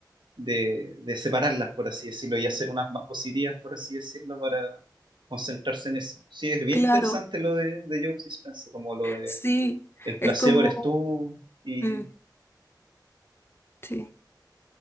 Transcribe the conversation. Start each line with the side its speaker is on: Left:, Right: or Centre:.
Right: de- de separarlas, por así decirlo, y hacer unas más positivas, por así decirlo, para concentrarse en eso. Sí, es bien
Left: claro,
Right: interesante lo de, de Joe Dispenza, como lo de
Left: sí,
Right: el placebo
Left: es como,
Right: eres tú y,
Left: mm, sí,